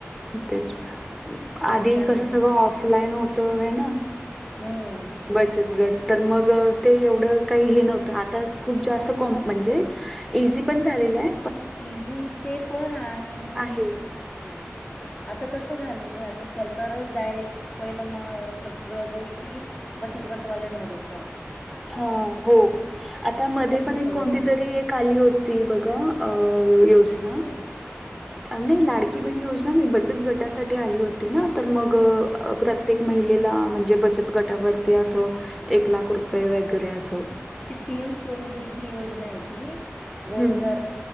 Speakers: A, in the centre; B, on the left.
A: तेच,
B: बाकी
A: आधी
B: काय
A: कसं
B: म्हणता?
A: सगळ- ऑफलाईन होत हैं नां
B: हम्म
A: बचत गट तर मग- ते एवढं काही हे नव्हतं आता खूप जास्त कॉम म्हणजे इझी पण झालेलायं.
B: इझी ते पण आणि
A: आहे.
B: हं आता कसं झालेलं - ते सरकारच डायरेक्ट पहिलं म- सगळ्या गोष्टी बचत गटवाल्यांना देतायं.
A: हों हों आता मध्ये
B: थ्रू
A: पण एक
B: सगळे
A: कोणती
B: काम
A: तरी एक आली होती बघा- अं योजना
B: लाडकी बहीण
A: नाही लाडकी बहिण योजना, नाही बचत गट- त्यासाठी आली होती नां- तर मग प्रत्येक महिलेला म्हणजे बचत गटावरती असं एक लाख रु- पये वगैरे असं-
B: ती पी एम सो निधीची योजनां ती रोजगार-
A: हम्म